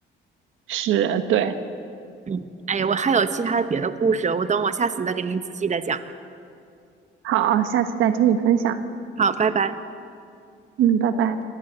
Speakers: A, on the right; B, on the right.
A: 是，对。
B: 嗯，哎呀，我还有其他别的故事，我等我下次再给您仔细的讲。
A: 好，下次再听你分享。
B: 好，拜拜。
A: 嗯，拜拜。